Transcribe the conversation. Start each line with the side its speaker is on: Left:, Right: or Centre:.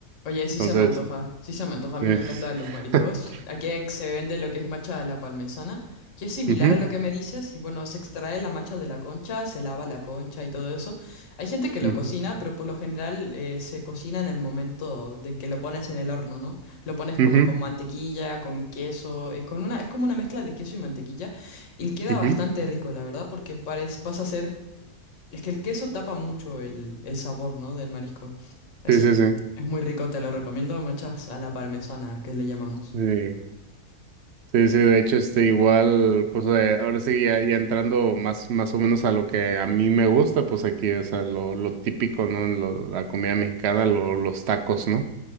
Left: Oye, sí
Right: Entonces,
Left: se me antoja, sí se me antoja, a mí
Right: es-
Left: me encantan los mariscos.
Right: <laughs>
Left: Aquí se vende lo que es macha a la palmesana, que es similar
Right: ujú,
Left: a lo que me dices, y bueno, se extrae la macha de la concha, se lava la concha y todo eso. Hay gente que lo
Right: ujú,
Left: cocina, pero por lo general eh, se cocina en el momento de que lo pones en el horno, ¿no? Lo pones
Right: ujú,
Left: como con mantequilla, con queso, eh, con una, es como una mezcla de queso y mantequilla, y queda
Right: ujú.
Left: bastante rico, la verdad, porque parece, pasa a ser es que el queso tapa mucho el, el sabor, ¿no? del marisco. Así
Right: Sí, sí,
Left: que
Right: sí.
Left: es muy rico, te lo recomiendo, machas, a la parmesana, que le llamamos.
Right: Sí. Sí, sí, de hecho, este, igual, pues eh, ahora sí, ya, ya entrando más, más o menos a lo que a mí me gusta, pues aquí, o sea, lo, lo típico, ¿no? Lo- la comida mexicana, lo- los tacos, ¿no?